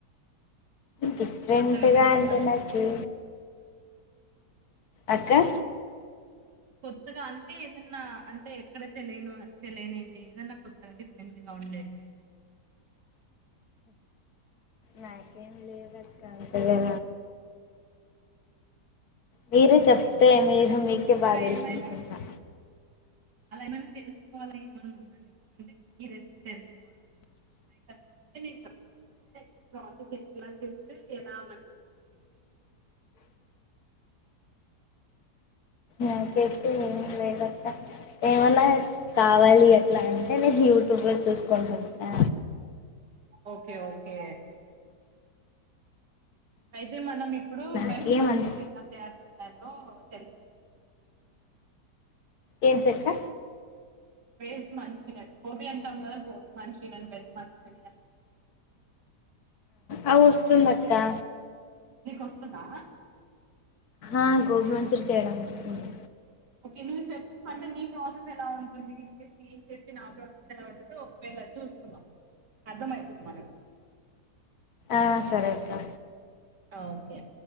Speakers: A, on the left (about 65°); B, on the right (about 80°).
A: డిఫరెంట్
B: కొత్తగామైన
A: గా అంటే
B: వంటలు
A: నాకు అక్కా
B: కొత్తగా అంటే ఏదన్నా అంటే ఎక్కడ తెలియని తెలియనిది ఏదన్నా కొత్తగా డిఫరెంట్ గా ఉండేది.
A: నాకేం లేవు అంతగా మీరు చెప్తే మీరు మీకే
B: నీకు
A: బాగా
B: అలా
A: తెల్సింటేనా
B: ఏమైనా అలా ఏమైనా తెలుసుకోవాలా ఏమన్నా ఉన్నా ఎక్కువ అంటే ఈ రెసిపీ తెలుసుకోవాలి. ఏదన్నా ఉంటే నేను చెప్తున్నా అంటే ప్రాసెస్ ఎట్లా చేస్తే ఎలా మంచిగా వస్తుంది. నిలిసి
A: నా చేతిలో ఏమీ లేదక్కా ఏమన్నా కావాలి ఎట్లా అంటే నేను యూట్యూబ్ లో చూసుకుంటూ చేస్తా.
B: ఓకే, ఓకే అయితే మనం ఇప్పుడు
A: నాకేమంత
B: వెజ్ మంచూరియా ఎలా తయారు చేయాలో తెలుసు
A: ఏంటి అక్కా?
B: Veg Manchuria. గోబీ అంటాం కదా గోబీ మంచూరియా వెజ్ మంచూరియా
A: అది వస్తుంది అక్కా
B: నీకు వస్తుందా?
A: ఆ గోబీ మంచూరియా చేయడం వస్తుంది.
B: ఓకే నువ్వు చెప్పు అంటే నీ ప్రాసెస్ ఎలా ఉంటుంది. ఇన్ కేస్ నేను చెప్పిన ఆ ప్రాసెస్ ఎలా ఉంటుందో ఒకవేళ చూసుకుందాం అర్థమవుతుంది మనకి
A: ఆ సరే అక్కా
B: ఓకే